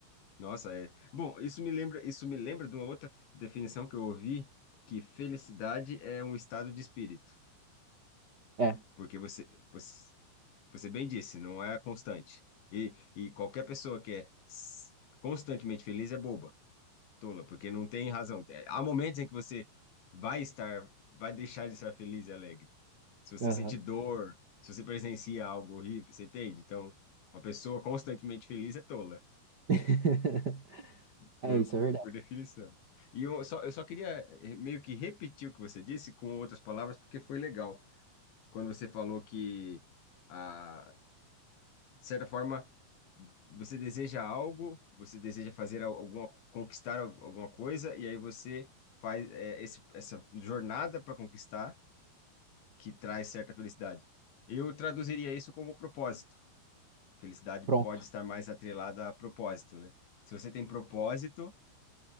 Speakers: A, on the left; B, on the right.
A: Nossa, é. Bom, isso me lembra, isso me lembra de uma outra definição que eu ouvi, que felicidade é um estado de espírito,
B: É.
A: porque você, você, você bem disse, não é constante. E, e qualquer pessoa que é s- constantemente feliz é boba, tola, porque não tem razão. É, Há momentos em que você vai estar, vai deixar de estar feliz e alegre. se você
B: Aham.
A: sente dor, se você presencia algo horrível, você entende? Então, uma pessoa constantemente feliz é tola,
B: <laughs>
A: por,
B: É isso, é verdade.
A: por definição. E eu só, eu só queria eh, meio que repetir o que você disse com outras palavras, porque foi legal. Quando você falou que, ah, de certa forma, você deseja algo, você deseja fazer al- alguma, conquistar al- alguma coisa, e aí você faz é, esse, essa jornada para conquistar, que traz certa felicidade. Eu traduziria isso como propósito. Felicidade
B: Pronto.
A: pode estar mais atrelada a propósito, né? Se você tem propósito,